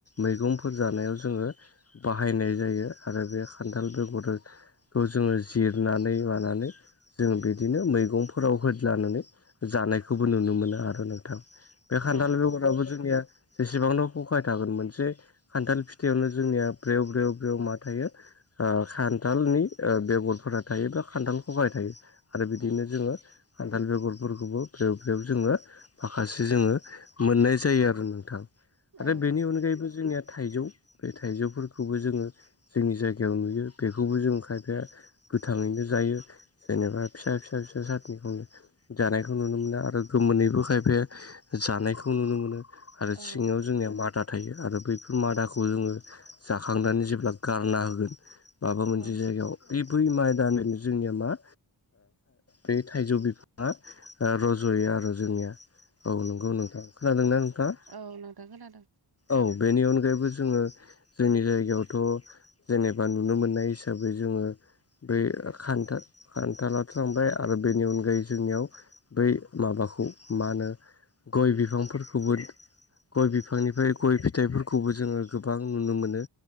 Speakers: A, on the left (about 35°); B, on the right (about 55°).
A: मैगंफोर जानायाव जोङो बाहायनाय जायो आरो बे खान्थाल बेगरजों खौ जोङो जिरनानै मानानै जों बिदिनो मैगंफोराव होदलानानै जानायखौबो नुनो मोनो आरो नोंथां बे खान्थाल
B: औ नंगौ
A: बेगराबो
B: नोंथां
A: जोंनिया जेसेबांन' खखाय थागोन मोनसे खान्थाल फिथायावनो जोंनिया ब्रेव ब्रेव ब्रेव मा थायो खान्थालनि बेगरफोरा थायो बा खान्थाल खहबाय थायो आरो बिदिनो
B: औ
A: जोङो खान्थाल बेगरफोरखौबो फ्रेब फ्रेब जोङो माखासे जोङो मोननाय जायो आरो नोंथां
B: औ
A: आरो बेनि अनगायैबो जोंनिया थाइजौ बे थाइजौफोरखौबो जोङो जोंनि जायगायाव नुयो बेखौबो जों खायफाया गोथाङैनो जायो जेनेबा फिसा फिसा फिसा सारनिखौनो जानायखौ नुनो मोनो आरो गोमोनैबो खायफाया जानायखौ नुनो मोनो आरो
B: औ
A: सिङाव जोंनिया मादा थायो आरो बैफोर मादाखौ जोङो जाखांनानै जेब्ला गारना होगोन माबा
B: औ
A: मोनसे जायगायाव बे बुइ माइ दानरनो जोंनिया मा बे थाइजौ बिफाङा रज'यो आरो जोंनिया औ नंगौ नोंथां खोनादों ना नोंथाङा?
B: औ नोंथां‌ खोनादों।
A: औ बेनि अनगायैबो जोङो जोंनि जायगायावथ' जेनेबा बा नुनो मोननाय हिसाबै जोङो बै खान्था खान्थालाथ थांबाय आरो बेनि अनगायै जोंनियाव बै माबाखौ मा होनो गय बिफांफोरखौबो गय बिफांनिफ्राय गय फिथाइफोरखौबो जोङो गोबां नुनो मोनो।